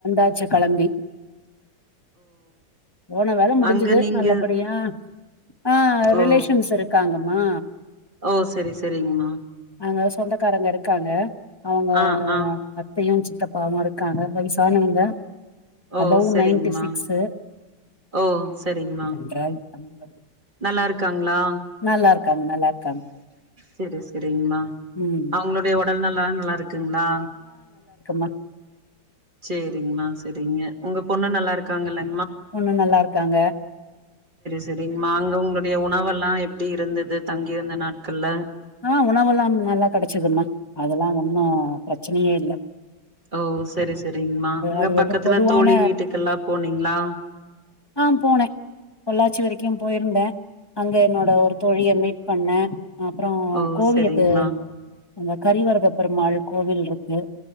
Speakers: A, on the left (about 15°); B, on the right (about 25°).
A: ஆச்சு கெளம்பி போன வேல முடிஞ்சது
B: அங்க நீங்க
A: நல்லபடியா ஆ ரிலேஷன்ஸ்
B: ஓ
A: இருக்க தாங்கம்மா
B: ஓ செரி செரிங்கமா
A: அங்க சொந்தக்காரங்க இருக்காங்க அவங்க
B: ஆ ஆ
A: அத்தையும் வ பாவமா இருக்காங்க வயசானவங்க
B: ஓ
A: அபவ்
B: செரிங்க
A: நைன்டி
B: மா
A: சிக்ஸு
B: ஓ செரிங்க மா
A: நன்றாய் தமிழ் வருது
B: நல்லா இருக்காங்களா
A: நல்லா இருக்காங்க நல்லா இருக்காங்க
B: செரி செரிங்க மா
A: ம்
B: அவங்களுடைய எல்லா நல்லா இருக்கு இருங்களா
A: மா
B: செரிங்கமா செரிங்க உங்க பொண்ணு நல்லா இருக்காங்கல்ல
A: பொண்ணு நல்லா இருக்காங்க
B: செரிங்கமா அங்க உங்களுடைய உணவெல்லாம் எப்படி இருந்தது தங்கியிருந்த நாட்கள்ல
A: ஆஹ உணவுெல்லாம் நல்லா கிடைச்சிதுமா அதெல்லாம் ஒன்னும் பிரச்சனையே இல்லை
B: ஓ சரி சரிங்கமா அங்க
A: அது
B: பக்கத்துல
A: வந்து பொதுவான
B: தோழி வீட்டுக்கெல்லாம் போனீங்களா
A: ஆ போனே பொள்ளாச்சி வரைக்கு போயிருந்தே அங்க என்னோட ஒரு தோழிய மீட் பண்னேன்
B: ஓ
A: கோவிலுக்கு
B: செரிங்மா
A: இந்த ஹரிவரத பெருமாள் கோவில் பீ ல் இருக்கு